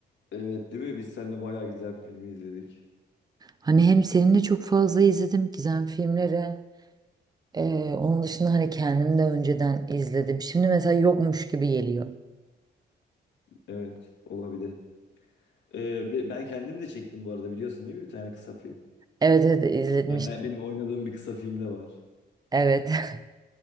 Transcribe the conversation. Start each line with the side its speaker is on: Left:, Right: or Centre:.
Left: Evet değil mi? Biz seninle bayağı güzel bir filmi izledik.
Right: Hani hem seninle çok fazla izledim gizem filmleri. Ee, onun dışında hani kendim de önceden izledim. Şimdi mesela yokmuş gibi geliyor.
Left: Evet olabilir. Ee, be- ben kendim de çektim bu arada biliyorsun değil mi bir tane kısa film?
Right: Evet evet izletmiştim.
Left: Ben, ben- benim oynadığım bir kısa filmde var.
Right: Evet. <laughs>